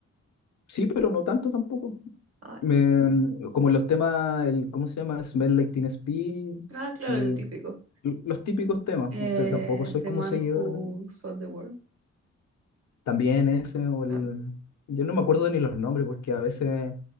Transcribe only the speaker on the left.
Sí, pero no tanto tampoco.
Me-
como los temas, el, ¿cómo se llama? Smell Like Teen Spirit
y
l- los típicos temas.
Usted tampoco soy
como
seguidor
de-
también ese o el...
Yo no me acuerdo ni los nombres porque a veces,